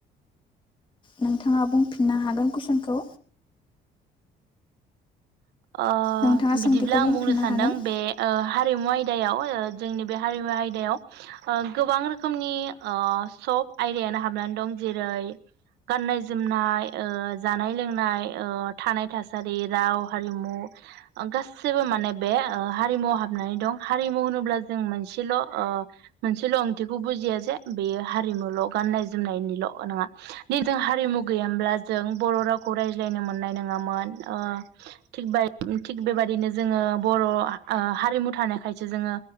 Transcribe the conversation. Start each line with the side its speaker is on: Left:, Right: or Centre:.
Left: नोंथाङा बुंफिननो हागोन कुइसनखौ?
Right: ओ
Left: नोंथाङा सोंथिखौ
Right: बिदिब्ला
Left: बुंफिननो
Right: आं बुंनो सानदों
Left: हागोन
Right: बे ओ हारिमुव आइ आयदायाव जोंनि बे हारिमु आयदायाव ओ गोबां रोखोमनि ओ सब आयदायानो हाबनानै दं जेरै गाननाय जोमनाय ओ जानाय लोंनाय ओ थानाय थासारि राव हारिमु ओगासैबो माने बे ओ हारिमुआव हाबनानै दं हारिमु होनोब्ला जों मोनसेल'ओ मोनसेल' ओंथिखौ बुजिया जे बेयो हारिमुल' गाननाय जोमनायनिल' नङा निजों हारिमु गैयामब्ला जों बर' रावखौ रायज्लायनो मोननाय नङामोन ओ थिग बाय थिग बेबादिनो जोङो बर' हा-हा-हारिमु थानायखायसो जोङो